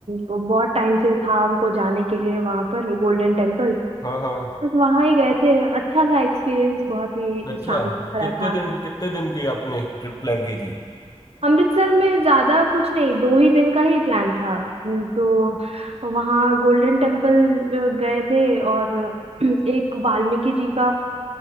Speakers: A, on the right; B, on the left.
A: वो बहुत टाइम से था हमको जाने के लिए वहां पर गोल्डन टेम्पल
B: हाँ हाँ
A: बस वहां ही गए थे अच्छा था एक्सपीरियंस बहुत ही
B: अच्छा
A: शांति भरा
B: कितने
A: था
B: दिन कितने दिन की आपने ट्रिप प्लान की थी
A: अमृतसर में ज्यादा कुछ नहीं दो ही दिन का ही प्लान था हम्म, तो वहाँ गोल्डन टेम्पल अ, गए थे और <clears throat> एक वाल्मीकि जी का